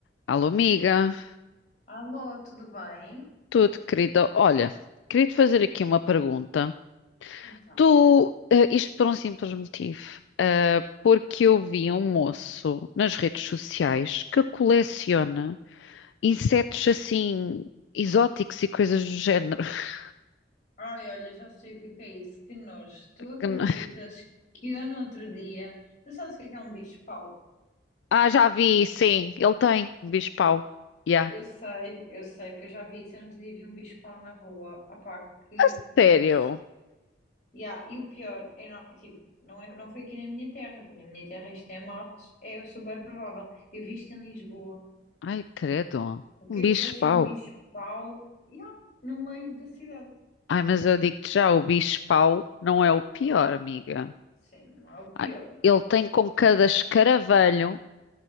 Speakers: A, on the left; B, on the left.
A: Alô, amiga,
B: Alô, tudo bem?
A: tudo querida. Olha, queria te fazer aqui uma pergunta.
B: Então,
A: Tu, eh, isto por um simples motivo, eh, porque eu vi um moço nas redes sociais que coleciona insetos assim exóticos e coisas do género. <laughs>
B: Ai, olha, já sei o que é que é isso. Que nojo. Tu acreditas
A: Que não-
B: que eu no outro dia. Tu sabes o que é que é um bicho-pau?
A: Ah, já vi, sim, ele tem um bicho-pau. Yeah.
B: Eu sei, eu sei, porque eu já vi isso. Eu no outro dia vi um bicho-pau na rua. Opá, que
A: A
B: nojo.
A: sério?
B: Yeah, e o pior, eu não, é tipo, não, é, não foi aqui na minha terra, porque na minha terra isto é mato, é super provável. Eu vi isto em Lisboa.
A: Ai, credo,
B: O
A: um
B: que
A: bicho-pau.
B: é que fazia um bicho-pau? Yeah, no meio da cidade.
A: Ai, mas eu digo-te já, o bicho-pau não é o pior, amiga.
B: Sim, não é o pior.
A: Ai, Ele tem com cada escaravelho